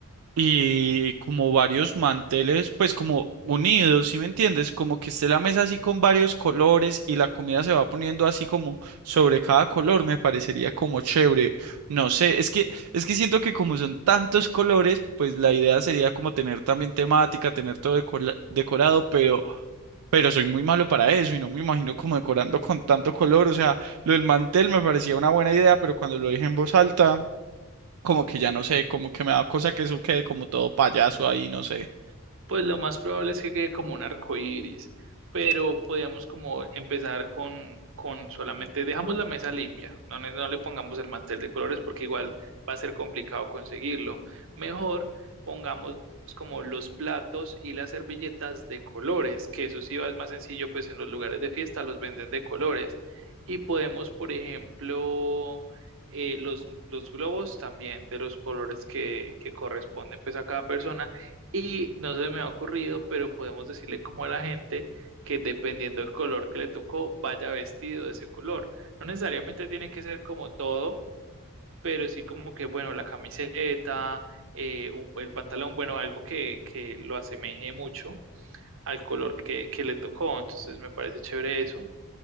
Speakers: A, on the right; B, on the right.
A: y como varios manteles, pues como unidos, ¿sí me entiendes? Como que esté la mesa así con varios colores y la comida se va poniendo así como sobre cada color, me parecería como chévere. No sé, es que es que siento que como son tantos colores, pues la idea sería como tener también temática, tener todo decola- decorado, pero pero soy muy malo para eso y no me imagino como decorando con tanto color, o sea, lo del mantel me parecía una buena idea, pero cuando lo dije en voz alta como que ya no sé, como que me da cosa que eso quede como todo payaso ahí, no sé.
B: Pues lo más probable es que quede como un arco iris, pero podríamos como empezar con, con solamente, dejamos la mesa limpia, no, le- no le pongamos el mantel de colores porque igual va a ser complicado conseguirlo. Mejor pongamos como los platos y las servilletas de colores, que eso sí va es más sencillo, pues en los lugares de fiesta los venden de colores. Y podemos, por ejemplo, eh, los, los globos también, de los colores que, que corresponden pues a cada persona y no se me ha ocurrido, pero podemos decirle como a la gente que dependiendo del color que le tocó, vaya vestido de ese color. No necesariamente tiene que ser como todo, pero sí como que, bueno, la camiseta, eh, un- el pantalón, bueno, algo que, que lo asemeje mucho al color que, que le tocó. Entonces me parece chévere eso.